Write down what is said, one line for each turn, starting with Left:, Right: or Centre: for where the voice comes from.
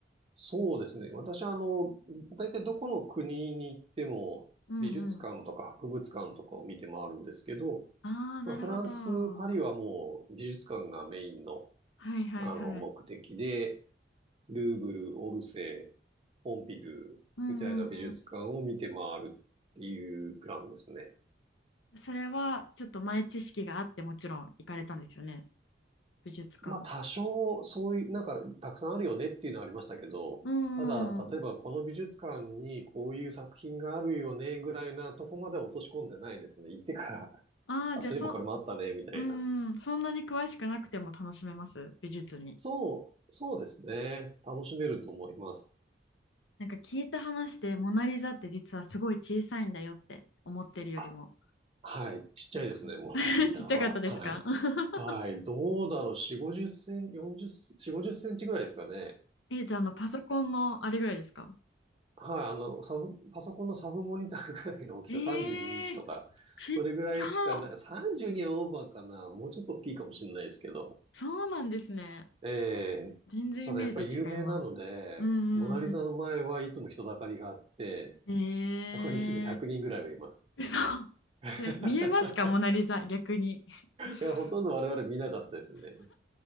Right: そうですね。私はあの、大体どこの国に行っても美術館とか博物館とかを見て回るんですけど、
Left: うんうん。ああ、なるほど。
Right: まあ、フランス、
Left: は
Right: パリはもう美術館がメインの、
Left: いはいはい。
Right: あの目的で、ルーブル、オルセー、ポンピドゥみたいな美術館を見て回るっていうプランですね。
Left: うんうんうん。それは、ちょっと前知識があって、もちろん行かれたんですよね。美術館。
Right: まあ多少そういう、なんかたくさんあるよねっていうのはありましたけど、
Left: うん
Right: ただ例えばこの美術館にこういう作品があるよねぐらいなとこまで落とし込んでないですね。
Left: うんうん。
Right: 行ってから、<laughs>
Left: ああ、
Right: あ、
Left: じゃあそ、
Right: そういえばこれもあったねみたいな。
Left: うんうん、そんなに詳しくなくても楽しめます。美術に。
Right: そう、そうですね。楽しめると思います。
Left: なんか聞いた話でモナ・リザって実はすごい小さいんだよって思ってるよりも。
Right: あ、はい。ちっちゃいですね、
Left: よく
Right: モナリザは。
Left: <laughs> ちっちゃかったですか
Right: はい。
Left: <laughs>
Right: はい。どうだろう。4、50センチ、40、4、5センチぐらいですかね。
Left: え、じゃあ、あのパソコンのあれぐらいですか
Right: はい。あの、サブ、パソコンのサブモニターぐらいの大きさ、
Left: えー、
Right: 32インチとか、
Left: ちっちゃ
Right: それぐらいしかない。32はオーバーかな。もうちょっと大きいかもしれないですけど。
Left: そうなんですね。
Right: ええ。
Left: 全然イメージと違います。
Right: ただやっぱり有名なので、
Left: うんうん
Right: モナリザの前はいつも人だかりがあって、
Left: うん。
Right: そこにいつも100人ぐらいはいます。
Left: えー、嘘。
Right: <laughs>
Left: それ見えますかモナ・リザ、逆に。<laughs>
Right: いや、ほとんど我々見なかったですね。